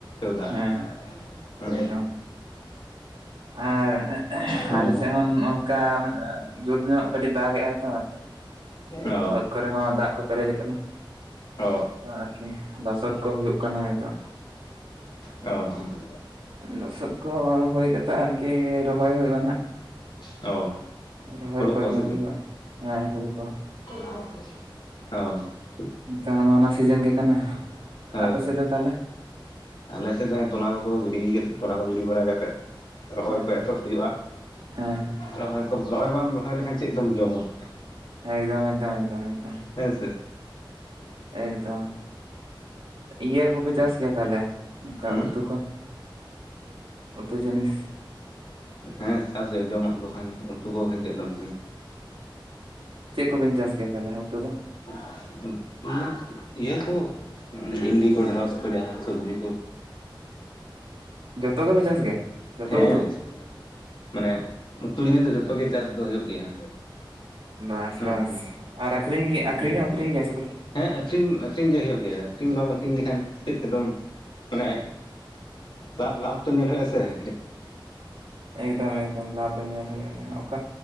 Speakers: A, on the left; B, on the right.
A: ᱫᱟᱜ
B: ᱦᱮᱸ
A: ᱦᱮᱸ
B: ᱮᱫᱚᱢ ᱟᱨ
A: ᱦᱩᱸ
B: ᱟᱞᱮ ᱥᱮᱫ ᱦᱚᱸ ᱠᱟ ᱢᱟᱱᱮ ᱡᱳᱨ ᱧᱚᱜ ᱠᱟᱹᱴᱤᱡ ᱫᱟᱜ ᱮᱫᱟᱭ ᱛᱚ ᱟᱫᱚ ᱱᱟ.
A: ᱚ
B: ᱫᱽ ᱠᱚᱨᱮ ᱦᱚᱸ ᱫᱟᱜ ᱠᱚ ᱯᱮᱨᱮᱡ ᱠᱟᱱᱟ
A: ᱚ
B: ᱟᱨᱠᱤ ᱞᱚᱥᱚᱫ ᱠᱚ ᱦᱩᱭᱩᱜ ᱠᱟᱱᱟ ᱱᱤᱛᱚᱜ
A: ᱚ
B: ᱞᱚᱥᱚᱫ ᱠᱚ ᱦᱳᱭ ᱠᱟᱛᱟ ᱟᱨᱠᱤ ᱨᱚᱦᱚᱭ ᱦᱳᱭᱳᱜ ᱦᱟᱸᱜ ᱱᱟᱜ
A: ᱚ
B: ᱨᱚᱦᱚᱭ
A: ᱦᱳᱲᱳ
B: ᱠᱚ ᱮᱦᱚᱵ
A: ᱥᱮ ᱪᱮᱫ
B: ᱦᱩᱭᱩᱜᱼᱟ ᱦᱮᱸ ᱦᱩᱲᱩ ᱠᱚ
A: <unintelligible> ᱚ
B: ᱱᱮᱛᱟᱨ ᱢᱟ ᱚᱱᱟ ᱥᱤᱡᱤᱱ ᱜᱮ ᱠᱟᱱᱟ᱾ ᱟᱯᱮ
A: ᱦᱳᱭ
B: ᱥᱮᱫ ᱫᱚ ᱛᱟᱦᱚᱞᱮ?
A: ᱟᱞᱮ ᱥᱮᱫ ᱫᱚ ᱛᱚᱞᱟ ᱠᱚᱠᱚ ᱜᱤᱰᱤ <inaudible> ᱛᱚᱞᱟ ᱠᱚ ᱜᱤᱰᱤ ᱵᱟᱲᱟ ᱠᱟᱛᱮᱫ ᱨᱚᱦᱚᱭ
B: ᱦᱮᱸ
A: ᱠᱚ ᱮᱛᱚᱦᱚᱵᱽ ᱦᱩᱭᱩᱜᱼᱟ
B: ᱦᱮᱸ
A: ᱨᱚᱦᱚᱭ ᱠᱚ ᱨᱚᱦᱚᱭ ᱵᱟᱢ ᱨᱚᱦᱚᱭ ᱞᱮᱠᱷᱟᱱ ᱪᱮᱫ ᱫᱚᱢ ᱡᱚᱢᱟ
B: ᱦᱮᱸ ᱮᱜᱽᱫᱚᱢ ᱮᱜᱽᱫᱚᱢ ᱮᱜᱽᱫᱚᱢ ᱮᱜᱽᱫᱚᱢ
A: ᱦᱮᱸ ᱥᱮ
B: ᱮᱴᱜᱽᱫᱚᱢ ᱤᱭᱟᱹ ᱠᱚᱯᱮ ᱪᱟᱥ ᱠᱤᱭᱟ ᱛᱟᱞᱮ ᱚᱱᱠᱟ
A: ᱦᱩᱸ
B: ᱩᱛᱩ ᱠᱚ ᱩᱛᱩ ᱡᱤᱱᱤᱥ
A: ᱦᱮᱸ ᱪᱟᱥ ᱦᱩᱭᱩᱜᱼᱟ ᱡᱚᱢᱟᱜ ᱫᱚᱠᱷᱟᱱ ᱩᱛᱩ ᱠᱚ ᱠᱷᱟᱱ ᱪᱮᱫ ᱫᱚ <unintelligible>
B: ᱪᱮᱫ ᱠᱚᱵᱮᱱ ᱪᱟᱥ ᱜᱮᱭᱟ ᱛᱟᱦᱚᱞᱮ ᱩᱛᱩ ᱫᱚ?
A: <unintelligible> ᱤᱭᱟᱹ ᱠᱚ ᱵᱷᱤᱱᱰᱤ ᱠᱚ ᱰᱷᱮᱸᱲᱚᱥ ᱠᱚ ᱡᱟᱦᱟᱸ ᱥᱚᱵᱽᱡᱤ ᱠᱚ
B: ᱡᱚᱛᱚ ᱜᱮᱯᱮ ᱪᱟᱥ ᱜᱮᱭᱟ ᱡᱚᱛᱚ
A: ᱦᱮᱸ
B: ᱩᱛᱩ
A: ᱢᱟᱱᱮ ᱩᱛᱩ ᱡᱤᱱᱤᱥ ᱫᱚ ᱡᱚᱛᱚ ᱜᱮ ᱪᱟᱥ ᱫᱚ ᱦᱩᱭᱩᱜ ᱜᱮᱭᱟ
B: ᱵᱟᱥ
A: ᱦᱮᱸ
B: ᱵᱟᱥ
A: ᱥᱮ᱾
B: ᱟᱨ ᱟᱠᱷᱨᱤᱧ ᱜᱮ ᱟᱠᱷᱨᱤᱧ ᱦᱚᱸ ᱟᱠᱷᱨᱤᱧ ᱜᱮ ᱥᱮ <inaudible>
A: ᱦᱮᱸ ᱟᱹᱠᱷᱨᱤᱧ ᱟᱹᱠᱷᱨᱤᱧ ᱜᱮ ᱦᱩᱭᱩᱜ ᱜᱮᱭᱟ ᱟᱹᱠᱷᱨᱤᱧ ᱵᱟᱢ ᱟᱹᱠᱷᱨᱤᱧ ᱞᱮᱠᱷᱟᱱ ᱪᱮᱫ ᱛᱮᱫᱚᱢ ᱢᱟᱱᱮ ᱞᱟᱯ ᱞᱟᱯ ᱛᱚ ᱧᱮᱞ ᱦᱩᱭᱩᱜ ᱟᱥᱮ <inaudible>
B: ᱮᱜᱽᱫᱚᱢ ᱮᱜᱽᱫᱚᱢ ᱞᱟᱵᱷ ᱫᱚ ᱧᱮᱞ ᱦᱩᱭᱩᱜ ᱜᱮᱭᱟ ᱚᱠᱟ